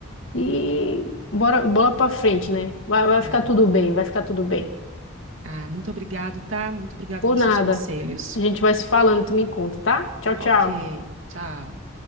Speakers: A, on the left; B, on the right.
A: e bora, bola para frente, né? Vai, vai ficar
B: Ah,
A: tudo bem, vai ficar tudo bem.
B: ah, muito obrigado, tá? Muito obrigado
A: Por
B: pelos
A: nada.
B: seus conselhos.
A: A gente vai se falando, tu me conta, tá? Tchau,
B: Ok,
A: tchau.
B: tchau.